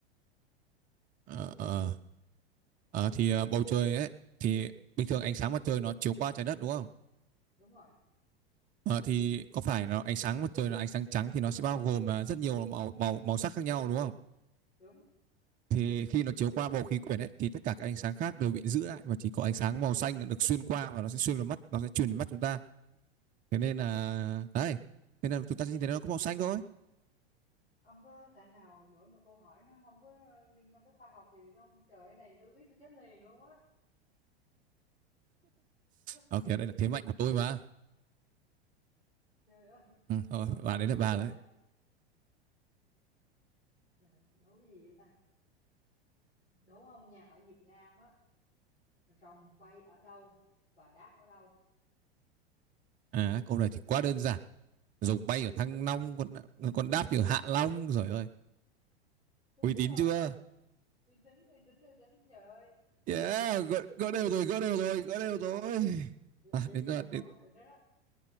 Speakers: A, on the right (about 25°); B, on the left (about 85°).
A: Ờ, ờ, ờ, thì ờ, bầu trời ấy thì bình thường ánh sáng mặt trời nó chiếu qua trái đất đúng không
B: đúng rồi
A: Ờ, thì có phải nó ánh sáng mặt trời là ánh sáng trắng thì nó sẽ bao gồm ờ, rất nhiều màu màu màu sắc khác nhau đúng không
B: đúng
A: thì khi nó chiếu qua bầu khí quyển ấy thì tất cả các ánh sáng khác đều bị giữ lại và chỉ có ánh sáng màu xanh là được xuyên qua và nó sẽ xuyên vào mắt nó sẽ truyền đến mắt chúng ta thế nên là đấy thế nên là chúng
B: <sighs>
A: ta nhìn thấy nó có màu xanh thôi
B: ông có thể nào đổi một câu hỏi nó không có liên quan tới khoa học gì được không trời ơi, này tôi biết tôi chết liền luôn á <laughs>
A: ok đây là thế mạnh của tôi mà
B: trời ơi
A: ừ,
B: gì
A: thôi,
B: mà
A: bà
B: khó
A: đấy là
B: vậy
A: bà
B: trời
A: đấy
B: giờ đố cái gì vậy ta đố ông nha ở Việt Nam á rồng bay ở đâu và đáp ở đâu
A: à câu này thì quá đơn giản rồng bay ở Thăng Long con con đáp thì ở Hạ Long rồi ơi
B: đúng
A: uy tín
B: rồi
A: chưa
B: đi tính đi tính đi tính trời ơi
A: yeah
B: trời ơi
A: gỡ, gỡ
B: <laughs>
A: đều rồi gỡ đều rồi gỡ đều rồi à,
B: vậy
A: đến
B: giờ
A: giờ
B: một câu
A: đến,
B: quyết định đó đó